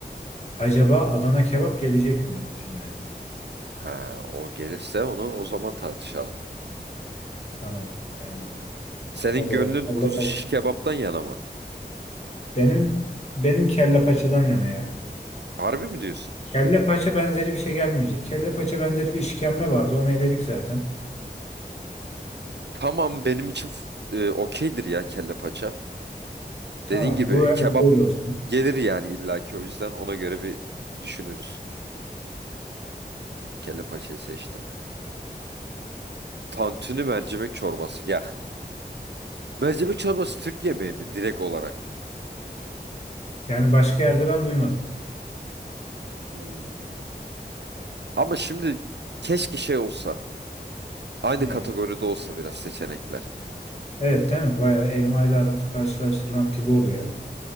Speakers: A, on the left; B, on the right.
A: Acaba Adana kebap gelecek mi şimdi?
B: Ha, o gelirse onu o zaman tartışalım.
A: Tamam. Yani
B: Senin
A: acaba
B: gönlün
A: kelle
B: kuzu
A: paça.
B: şiş kebaptan yana mı?
A: Benim benim kelle paçadan yana ya.
B: Harbi mi diyorsun?
A: Kelle paça benzeri bir şey gelmeyecek. Kelle paça benzeri bir işkembe vardı. Onu eledik zaten.
B: Tamam benim için f- e, okeydir ya kelle paça.
A: Tamam
B: Dediğin gibi
A: bu el
B: kebap
A: böyle olsun.
B: gelir yani illaki o yüzden ona göre bir düşünürüz. Kelle paçayı seçtim. Tantuni mercimek çorbası. Ya mercimek çorbası Türk yemeği mi direkt olarak?
A: Yani başka yerde ben duymadım.
B: Hmm. Ama şimdi keşke şey olsa. Aynı
A: Ne?
B: kategoride olsa biraz seçenekler.
A: Evet değil mi? Bayağı elma ile armutu karşılaştırmak gibi oluyor.